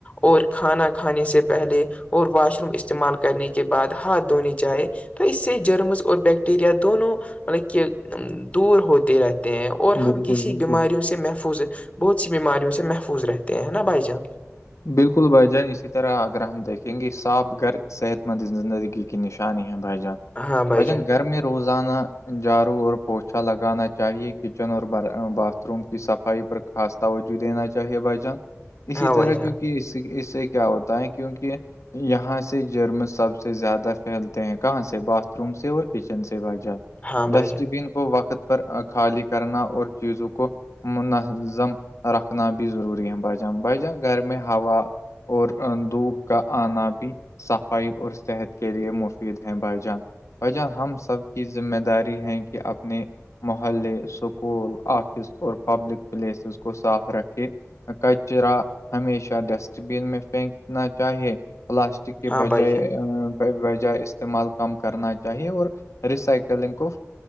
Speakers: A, on the left; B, on the left.
A: اور کھانا کھانے سے پہلے اور واش روم استعمال کرنے کے بعد ہاتھ دھونے جائے تو اس سے جرمز اور بیکٹیریا دونوں مطلب کہ دور ہو رہتے ہیں اور
B: بالکل
A: ہم کسی
B: بالکل
A: بیماریوں سے محفوظ بہت سی بیماریوں سے محفوظ رہتے ہیں نا بھائی جان
B: بالکل بھائی جان اسی طرح اگر ہم دیکھیں گے صاپ گھر صحت مند زندگی کی نشانی ہے بھائی جان
A: ہاں بھائی
B: و ج
A: جان
B: نے گرمی روزانہ جاارو اور پوچھا لگانا چاہیے کچن اور باتھ روم کی صفائی پر خاص توجہ دینا چاہیے بھ جان اسی
A: ہاں
B: طرح
A: بھائی جان
B: کیونکہ اس اس سے کیا ہوتا ہے کیونکہ یہاں سے جرم سب سے زیادہ پھیلتے ہیں کہاں سے باتھ روم سے اور کچن سے با جات
A: ہاں بھائی
B: ڈسٹ
A: جان
B: بین کو وقت پر خالی کرنا اور چیزوں کو منظم رکھنا بھی ضروری ہے بائی جان بھائی جان گھر میں ہوا اور دھوپ کا آنا بھی صفائی اور صحت کے لیے مفید ہیں بھائی جان بھائی جان ہم سب کی ذمہ داری ہے کہ اپنے محلے اسکول آفس اور پبلک پلیسز کو صاف رکھے کچرا ہمیشہ ڈسٹ بین میں پھینکنا چاہیے پلاسٹک کے
A: ہاں
B: بجائے
A: بھائی جان
B: بجائے استعمال کم کرنا چاہیے اور ریسائکلنگ کو